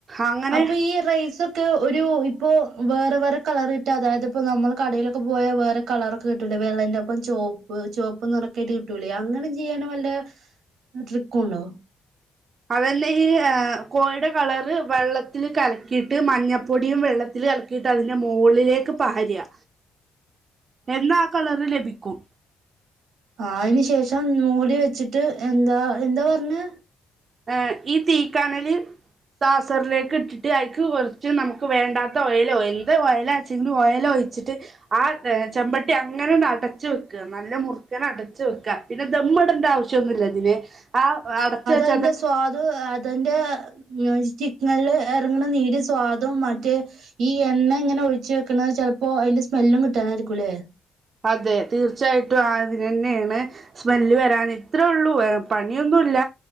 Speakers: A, on the right; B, on the right.
A: അങ്ങനെ
B: അപ്പൊ ഈ ട്രൈസൊക്കെ ഒരു ഇപ്പോ വേറെ വേറെ കളറിട്ട് അതായത് ഇപ്പോ നമ്മള് കടയിലൊക്കെ പോയ വേറെ കളറൊക്കെ കിട്ടൂലെ, വെള്ളന്റെറപ്പം ചോപ്പ്, ചോപ്പ് നെറൊക്കെയിട്ട് കിട്ടൂലേ അങ്ങനെ ചെയ്യാനും വല്ലേ? ട്രിക്കുണ്ടോ?
A: അതന്നെ ഈ ഏ കോഴിടെ കളറ് വെള്ളത്തില് കലക്കിയിട്ട് മഞ്ഞപ്പൊടിയും വെള്ളത്തിൽ കലക്കി ക്കിയിട്ട് അതിൻ്റെ മോളിലേക്ക് പാരാ എന്നാ ആ കളറ് ലഭിക്കും
B: ആഹ് അയിന് ശേഷം നൂല് വെച്ചിട്ട് എന്താ എന്താ പറഞ്ഞെ
A: ഏഹ് ഈ തീക്കനല് സാസറിലേക്ക് ഇട്ടിട്ട് അയ്ക്ക് കൊറച്ച് നമുക്ക് വേണ്ടാത്ത ഓയിലോ എന്ത് ഓയലാ <unintelligible> ഒയലൊയിച്ചിട്ട് ആ ചെമ്പട്ടി അങ്ങനാണ്ട് അടച്ച് വെക്ക നല്ല മുറ്ക്കനെ അടച്ച് വെക്ക പിന്നെ ദമ്മ്ടണ്ട ആവശ്യോന്നുല്ല ഇതിന് ആ അടച്ച് വെച്ച
B: അയിന്റെ സ്വാദ് അതിന്റെ നൊണ്സ്റ്റിക്ക്നല് എറങ്ണ നീര് സ്വാദും മറ്റേ ഈ എണ്ണ ഇങ്ങനെ ഒഴിച്ച് വെക്ക്ണത് ചെലപ്പോ അയിന്റെ സ്മെല്ലും കിട്ടാനായിരിക്കുംല്ലേ?
A: അതെ തീർച്ചയായിട്ടും ആ ഇതിനെന്നാണ് സ്മെല്ല് വെരാന് ഇത്രേ ഒള്ളൂ ഏ പണിയൊന്നുല്ല